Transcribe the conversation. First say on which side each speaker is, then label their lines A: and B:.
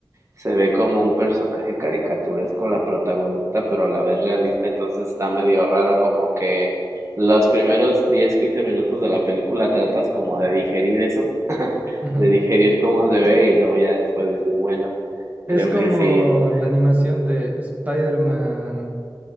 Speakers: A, on the right; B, on the right.
A: se ve como un personaje caricaturesco la protagonista, pero a la vez realista, entonces está medio raro como que los primeros 10 15 minutos de la película tratas como de digerir eso, <laughs>
B: Ujú.
A: de digerir cómo se ve y luego ya después dices, bueno,
B: Es
A: creo
B: como
A: que sí, este,
B: la animación de Spider-Man,